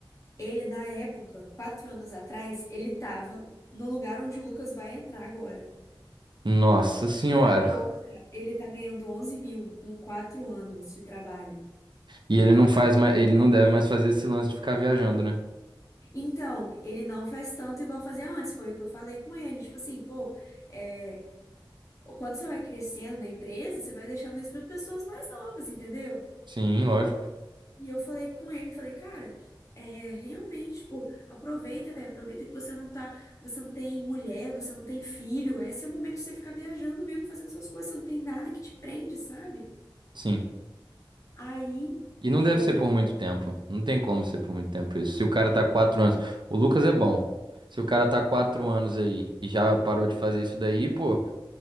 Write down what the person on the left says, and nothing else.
ele na época, quatro anos atrás, ele tava no lugar onde o Lucas vai entrar agora.
E agora ele tá ganhando 11 mil com quatro anos de trabalho.
Então, ele não faz tanto igual fazia antes, foi o que eu falei com ele. Tipo assim, pô, é, quando você vai crescendo na empresa, você vai deixando isso para pessoas mais novas, entendeu?
E eu falei com ele, falei, cara, é, realmente, pô, aproveita, velho, aproveita que você não tá, você não tem mulher, você não tem filho, esse é o momento de você ficar viajando mesmo, fazendo suas coisas, você não tem nada que te prende, sabe?
Aí.
é,